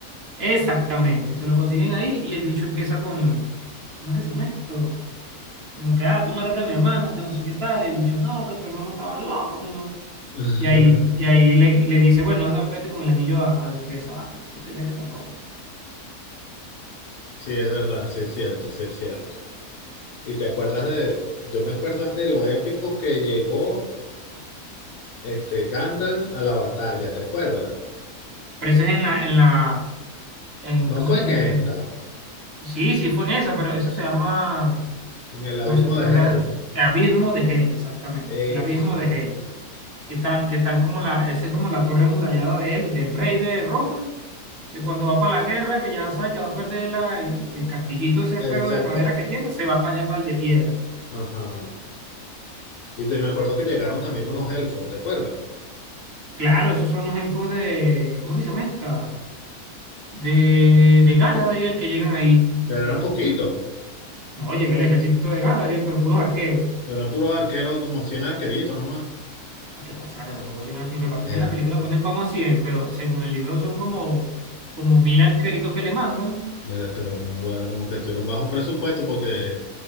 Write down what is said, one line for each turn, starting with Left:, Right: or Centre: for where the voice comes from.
Right: Exactamente, se lo consiguen ahí y el bicho empieza con, ¿cómo es que se llama esto? Como que, ah, tú mataste a mi hermano, que no sé qué tal, y el bicho, no, que tu hermano estaba loco, que no.
Left: <laughs>
Right: Y ahí, y ahí le, le dice, bueno, anda, vete con el anillo a, a destruir esa vaina, vete, vete para el coño.
Left: Sí, es verdad, sí es cierto, sí es cierto. Y te acuerdas de, yo me acuerdo es de lo épico que llegó este Gandalf a la batalla, ¿te acuerdas?
Right: Pero eso es en la, en la, en,
Left: No
Right: ¿cómo
Left: fue
Right: que
Left: en
Right: se
Left: esta,
Right: llama? En- sí, sí fue en esa, pero eso se llama,
Left: en el abismo
Right: no sé qué
Left: de
Right: broma,
Left: Hell.
Right: Abismo de Hell, exactamente,
Left: Esa,
Right: el Abismo de Hell, que están, que están como la, esa es como la torre murallada de él, del rey de Rohan, que cuando va para la guerra, que ya sabe que va a perder la- el, el castillito ese
Left: el
Right: feo
Left: cepo.
Right: de madera que tiene, se va para allá, para el de piedra.
Left: Ajá. Y te, me acuerdo que llegaron también con unos elfos, ¿te acuerdas?
Right: Claro, esos son los elfos de, ¿cómo que se llama esta? De, de Galadriel que llegan ahí.
Left: Pero eran poquitos,
Right: No, llega el ejército de Galadriel, pero puros arqueros.
Left: eran puros arqueros, como 100 arqueritos nomás.
Right: No te pasaste, tampoco son- lo que pasa
Left: Era,
Right: es que en la película ponen como cien pero según el libro son como, como mil alqueritos que le mandan.
Left: era, pero no, era como que tuvieron bajo presupuesto porque